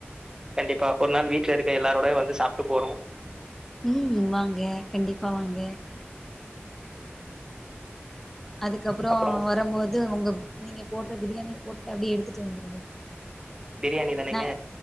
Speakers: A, on the right; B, in the centre.
A: கண்டிப்பா ஒரு நாள் வீட்ல இருக்க எல்லாரோடையு வந்து சாப்ட்டு போறோ
B: ம் வாங்க கண்டிப்பா வாங்க அதுக்கப்றோ
A: அப்புறம்
B: வரம்போது ஒங்க நீங்க போடுற பிரியாணிய போட்டுட்டு அப்டியே எடுத்துட்டு வந்துருங்க
A: பிரியாணி தானேங்க
B: நா